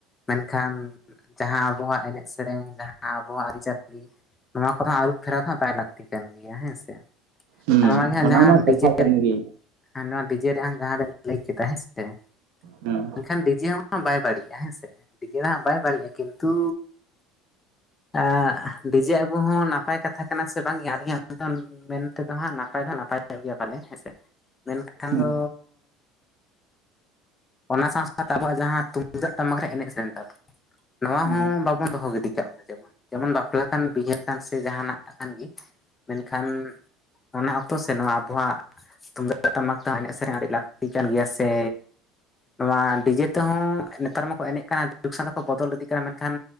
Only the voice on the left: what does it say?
ᱢᱮᱱᱠᱷᱟᱱ ᱡᱟᱦᱟᱸ ᱟᱵᱚᱣᱟᱜ ᱮᱱᱮᱡ ᱥᱮᱨᱮᱧ ᱡᱟᱦᱟᱸ ᱟᱵᱚᱣᱟᱜ ᱟᱹᱨᱤᱪᱟᱹᱞᱤ ᱱᱚᱣᱟ ᱠᱚᱫᱚ ᱟᱹᱨᱩᱵ ᱯᱷᱮᱨᱟᱣ ᱫᱚ ᱦᱟᱸᱜ ᱵᱟᱭ ᱞᱟᱹᱠᱛᱤ ᱠᱟᱱ ᱜᱮᱭᱟ ᱦᱮᱸ ᱥᱮ᱾
ᱟᱨ ᱚᱱᱟᱜᱮ ᱦᱟᱸᱜ
ᱡᱟᱦᱟᱸ
ᱰᱤᱡᱮ
<unintelligible>
ᱱᱚᱣᱟ ᱰᱤᱡᱮ ᱨᱮᱭᱟᱜ ᱡᱟᱦᱟᱸ ᱵᱮᱱ ᱞᱟᱹᱭ ᱠᱮᱫᱟ ᱦᱮᱸ ᱥᱮ᱾
ᱢᱮᱱᱠᱷᱟᱱ ᱰᱤᱡᱮ ᱦᱚᱸ ᱵᱟᱭ ᱵᱟᱹᱲᱤᱡᱼᱟ ᱦᱮᱸ ᱥᱮ᱾ ᱰᱤᱡᱮ ᱫᱚ ᱦᱟᱸᱜ ᱵᱟᱭ ᱫᱟᱹᱲᱜ-ᱟ ᱠᱤᱱᱛᱩ ᱟᱸ ᱰᱤᱡᱮ ᱟᱹᱜᱩ ᱦᱚᱸ ᱱᱟᱯᱟᱭ ᱠᱟᱛᱷᱟ ᱠᱟᱱᱟ ᱥᱮ ᱵᱟᱝᱜᱮ ᱟᱞᱤᱧᱟᱜ ᱢᱮᱱ ᱛᱮᱫᱚ ᱦᱟᱸᱜ ᱱᱟᱯᱟᱭ ᱫᱚ ᱱᱟᱯᱟᱭᱧᱚᱜ ᱜᱮᱭᱟ ᱯᱟᱞᱮ ᱦᱮᱸᱥᱮ᱾ ᱢᱮᱱᱠ ᱠᱷᱟᱱ
ᱫᱚ ᱚᱱᱟ ᱥᱟᱶ ᱥᱟᱶᱛᱮ ᱟᱵᱚᱣᱟᱜ ᱡᱟᱦᱟᱸ ᱛᱩᱢᱫᱟᱜ ᱴᱟᱢᱟᱠ ᱮᱱᱮᱡ ᱥᱮᱨᱮᱧ ᱛᱟᱵᱚᱱᱟ ᱱᱚᱣᱟ
ᱦᱚᱸ ᱵᱟᱵᱚ ᱵᱚᱱ ᱫᱚᱦᱚ ᱜᱤᱰᱤ ᱠᱟᱜ ᱢᱟ ᱡᱮᱢᱚᱱ᱾ ᱡᱮᱢᱚᱱ ᱵᱟᱯᱞᱟ ᱠᱟᱱ ᱵᱤᱦᱟᱹ ᱠᱟᱱ ᱥᱮ ᱡᱟᱦᱟᱱᱟᱜ ᱠᱟᱱ ᱜᱮ ᱢᱮᱱᱠᱷᱟᱱ ᱚᱱᱟ ᱚᱠᱛᱚ ᱥᱮ ᱱᱚᱣᱟ ᱟᱵᱚᱣᱟᱜ ᱛᱩᱢᱫᱟᱜ ᱴᱟᱢᱟᱠ ᱛᱮᱦᱚᱸ ᱮᱱᱮᱡ ᱥᱮᱨᱮᱧ ᱟᱹᱰᱤ ᱞᱟᱹᱠᱛᱤ ᱠᱟᱱ ᱜᱮᱭᱟ ᱥᱮ ᱱᱚᱣᱟ ᱰᱤᱡᱮ ᱛᱮᱦᱚᱸ ᱱᱮᱛᱟᱨ ᱢᱟᱠᱚ ᱮᱱᱮᱡ ᱠᱟᱱᱟ ᱡᱩᱜᱽ ᱥᱟᱶᱛᱮ ᱠᱚ ᱵᱚᱫᱚᱞ ᱤᱫᱤᱜ ᱠᱟᱱᱟ ᱢᱮᱱᱠᱷᱟᱱ